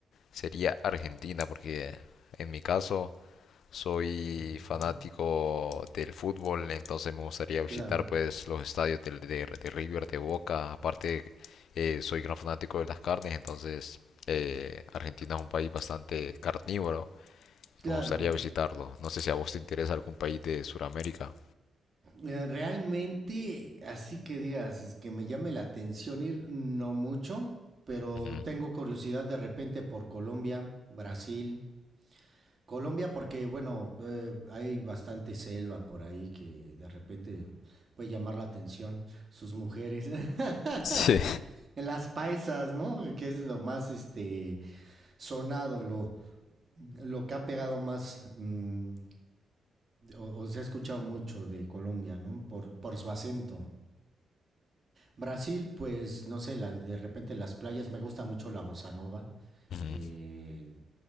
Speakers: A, on the left; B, on the right.
A: sería Argentina, porque eh, en mi caso soy
B: Ujú.
A: fanático del fútbol, entonces me gustaría visitar
B: Claro,
A: pues los estadios del- de, de River, de Boca, aparte eh, soy gran fanático de las carnes, entonces eh, Argentina es un país bastante carnívoro,
B: claro.
A: me gustaría visitarlo. No sé si a vos te interesa algún país de Sudamérica.
B: Eh, Realmente, así que digas, es que me llame la atención ir, no mucho, pero
A: Ujú,
B: tengo curiosidad de repente por Colombia, Brasil. Colombia porque, bueno, eh, hay bastante selva por ahí que de repente puede llamar la atención. Sus mujeres, <laughs>
A: Sí.
B: las paisas, ¿no? Que es lo más, este, sonado, lo, lo que ha pegado más, mm, o, o se ha escuchado mucho de Colombia, ¿no? Por, por su acento. Brasil, pues no sé, la, de repente las playas, me gusta mucho la bossa nova.
A: ujú.
B: eh,